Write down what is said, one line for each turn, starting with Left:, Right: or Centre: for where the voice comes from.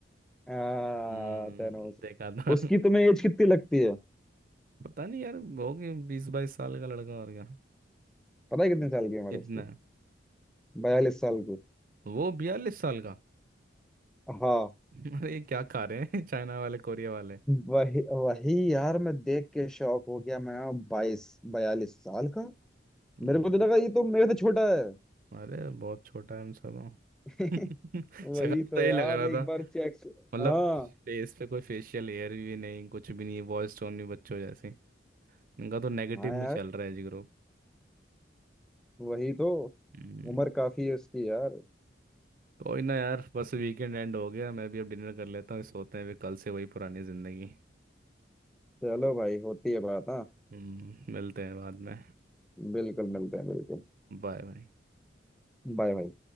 Centre: हाँ
Right: हम्म
Centre: थैनोस
Right: देखा था
Centre: उसकी
Right: <laughs>
Centre: तुम्हें एज कितनी लगती है
Right: पता नहीं यार हो गए बीस बाईस साल का लड़का और क्या
Centre: पता है कितने साल की उम्र
Right: कितना
Centre: है उसकी बयालीस साल की
Right: वो बयालीस साल का
Centre: हाँ
Right: <laughs> अरे ये क्या खा रहे हैं <laughs> चाइना वाले कोरिया वाले
Centre: वही वही यार मैं देख के शौक हो गया मैं बाईस बयालीस साल का
Right: हम्म,
Centre: मेरे को तो लगा ये तो मेरे से छोटा है
Right: अरे बहुत छोटा है हम सब
Centre: <laughs>
Right: <laughs>
Centre: वही
Right: सगा
Centre: तो
Right: तो यही
Centre: यार
Right: लग रहा
Centre: एक
Right: था
Centre: बार चेक
Right: मतलब
Centre: हाँ
Right: फेस पे कोई फेशियल हेयर भी नहीं कुछ भी नहीं वॉइस टोन भी बच्चों जैसे इनका तो नेगेटिव
Centre: हाँ
Right: में
Centre: यार
Right: चल रहा है जी ग्रुप
Centre: वही तो
Right: हम्म,
Centre: उम्र काफी है उसकी यार
Right: कोई ना यार बस वीकेंड एंड हो गया मैं भी अब डिनर कर लेता हूँ सोते हैं भी कल से वही पुरानी जिंदगी
Centre: चलो भाई होती है बात हाँ
Right: हम्म मिलते हैं बाद में
Centre: बिल्कुल मिलते हैं बिल्कुल
Right: Bye bye
Centre: बाय भाई